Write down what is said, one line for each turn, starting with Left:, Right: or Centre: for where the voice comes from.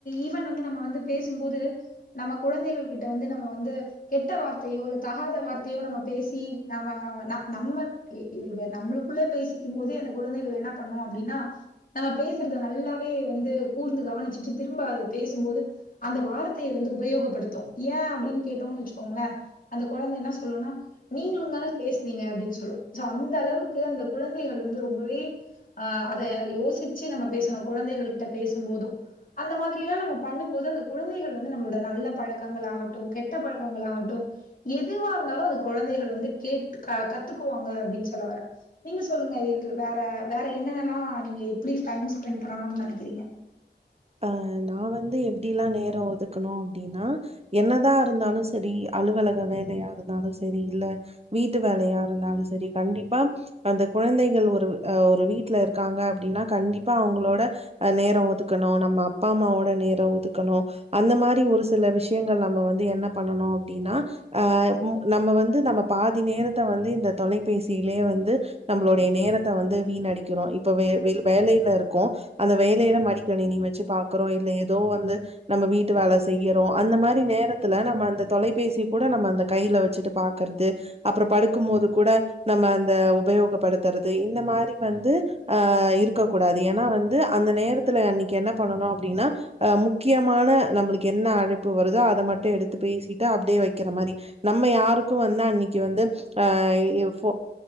Left: ஈவன் வந்து நம்ம வந்து பேசும்போது நம்ம குழந்தைகள் கிட்ட வந்து நம்ம வந்து கெட்ட வார்த்தையோ இல்ல தகாத வார்த்தையோ நம்ம பேசி நம்ம நம்ம நம்மளுக்குள்ள பேசிக்கும் போதே அந்த குழந்தைகள் என்ன பண்ணோம் அப்படின்னா நம்ம பேசுறத நல்லாவே வந்து கூர்ந்து கவனிச்சுட்டு திரும்ப அது பேசும்போது அந்த வார்த்தையை வந்து உபயோகப்படுத்தும் ஏன் அப்படின்னு கேட்டோம்னு வச்சுக்கோங்களே அந்த குழந்தை என்ன சொல்லும்னா நீங்களும் தானே பேசுனீங்க அப்படின்னு சொல்லும் அந்த அளவுக்கு அந்த குழந்தைகள் வந்து ரொ ரொம்பவே ஆ அத யோசிச்சு நம்ம பேசணு குழந்தைகள் கிட்ட பேசும் போதும் அந்த மாதிரி எல்லாம் நம்ம பண்ணும் போது அந்த குழந்தைகள் வந்து நம்மளோட நல்ல பழக்கங்களாகட்டு கெட்ட பழக்கங்களாகட்டு எதுவா இருந்தாலு அது குழந்தைகள் வந்து கேட் ஆ கத்துக்குவாங்க அப்டின்னு சொல்ல வர நீங்க சொல்லுங்க இது வேற வேற என்னென்னல்லாம் நீங்க எப்படி டைம் ஸ்பெண்ட் பண்ணணும்னு நினைக்கிறீங்க
Right: அஹ் நான் வந்து எப்டிலாம் நேரம் ஒதுக்கணும் அப்படின்னா என்னதா இருந்தாலும் சரி அலுவலக வேலையா இருந்தாலும் சரி இல்ல வீட்டு வேலையா இருந்தாலும் சரி கண்டிப்பா அந்த குழந்தைகள் ஒரு அஹ் ஒரு வீட்டுல இருக்காங்க அப்படின்னா கண்டிப்பா அவங்களோட அஹ் நேரம் ஒதுக் <unintelligible> அப்பா அம்மாவோட நேரம் ஒதுக்கணும் அந்த மாதிரி ஒரு சில விஷயங்கள் நம்ம வந்து என்ன பண்ணணும் அப்படின்னா ஆஆ நம்ம வந்து நம்ம பாதி நேரத்தை வந்து இந்த தொலைபேசியிலேயே வந்து நம்மளுடைய நேரத்தை வந்து வீணடிக்கிறோம் இப்பவே வேலையில இருக்கோம் அந்த வேலையில அடி தன நீ வச்சு பாக்குறோம் இல்ல ஏதோ வந்து நம்ம வீட்டு வேலை செய்ய அந்த மாதிரி நேரத்தில நம்ம அந்த தொலைபேசி கூட நம்ம அந்த கையில வச்சுட்டு பாக்குறது அப்புறம் படுக்கும் மோது கூட நம்ம அந்த உபயோகப்படுத்துறது இந்த மாதிரி வந்து அஹ இருக்க கூடாது ஏன்னா வந்து அந்த நேரத் துல அன்னைக்கு என்ன பண்ணனும் அப்படின்னா அஹ் முக்கியமான நம்மளுக்கு என்ன அழைப்பு வருதோ அதை மட்டும் எடுத்து பேசிட்டு அப்படியே வைக்கிற மாரி நம்ம யாருக்கோ வந்து அஹ்